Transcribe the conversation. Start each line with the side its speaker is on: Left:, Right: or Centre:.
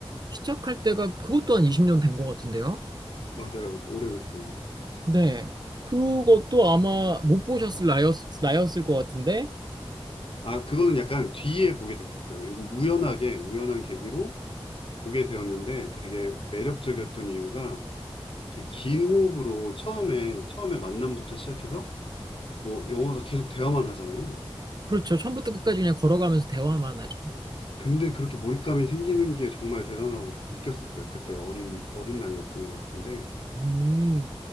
Right: 시작할 때가 그것 또한 20년 된 것 같은데요?
Left: 맞아요. 오래됐어요.
Right: 네. 그것도 아마 못 보셨을 나였, 나였을 것 같은데.
Left: 아, 그거는 약간 뒤에 보게 됐었어요. 우- 우연하게, 우연한 계기로 보게 되었는데 되게 매력적이었던 이유가 이렇게 긴 호흡으로 처음에, 처음에 만남부터 시작해서 뭐 영화가 계속 대화만 하잖아요.
Right: 그렇죠. 처음부터 끝까지 그냥 걸어가면서 대화만 하죠.
Left: 근데 그렇게 몰입감이 생기는 게 정말 대단하다고 느꼈었어요. 그때 어린, 어린 나이였던 것 같은데.
Right: 음,